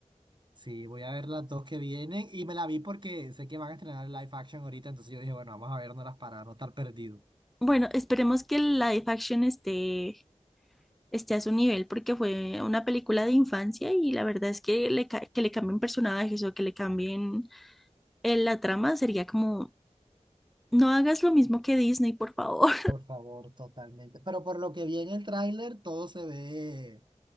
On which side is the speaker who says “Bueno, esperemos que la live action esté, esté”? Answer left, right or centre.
Centre